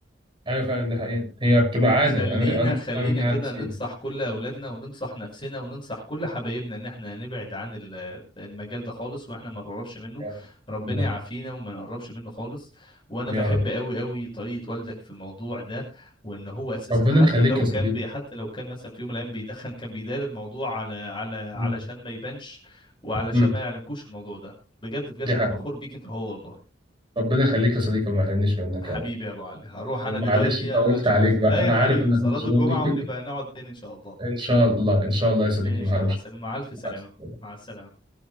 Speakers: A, on the right (about 25°); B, on the left (about 25°).
A: ايوه فعلا دي حقيقة هي بتبقى عادة
B: فخلينا
A: انا انا
B: خلينا
A: مثلا هي
B: كده
A: عادة سيئة
B: ننصح كل اولادنا وننصح نفسنا وننصح كل حبايبنا ان احنا نبعد عن ال- المجال ده خالص واحنا ما نقربش منه
A: يا رب
B: ربنا
A: يا
B: يعافينا
A: رب
B: وما نقربش منه خالص وانا
A: يا
B: بحب
A: رب
B: قوي قوي طريقة والدك في الموضوع ده وان هو اساسا
A: ربنا
B: حتى
A: يخليك
B: لو
A: يا
B: كان
A: صديقي
B: بي حتى لو كان مثلا في يوم من الايام بيدخن كان بيدار الموضوع على على علشان
A: مم.
B: ما يبانش وعلشان
A: مم.
B: ما يعلمكوش الموضوع ده بجد بجد
A: دي
B: انا
A: حقيقة
B: فخور بيك انت هو والله
A: ربنا يخليك يا صديقي وما يحرمنيش منك
B: حبيبي
A: يا رب
B: يا ابو علي هروح
A: ومعلش
B: انا دلوقتي
A: طولت
B: عشان
A: عليك
B: <laughs>
A: بقى
B: لا
A: انا
B: يا حبيبي
A: عارف انك
B: صلاة
A: مشغول
B: الجمعة ونبقى نقعد تاني ان شاء الله
A: <laughs> ان شاء الله ان شاع الله يا صديقي
B: ماشي
A: ما
B: يا
A: هربش
B: حسن مع الف سلامة
A: مع السلامة.
B: مع السلامة